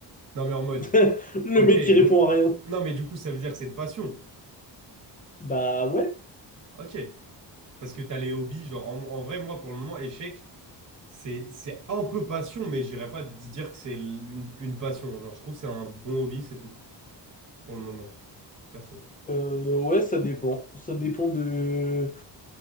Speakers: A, on the right; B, on the left.
A: Non, mais en mode,
B: <laughs> Le
A: ok,
B: mec qui répond
A: donc,
B: à rien.
A: non, mais du coup, ça veut dire que c'est de passion.
B: Bah ouais.
A: Ok. Parce que t'as les hobbies, genre, en, en vrai, moi, pour le moment, échec, c'est, c'est un peu passion, mais j'irais pas d- dire que c'est l- une, une passion. Genre, je trouve que c'est un bon hobby, c'est tout, pour le moment, perso.
B: Euh, ouais, ça dépend. Ça dépend de...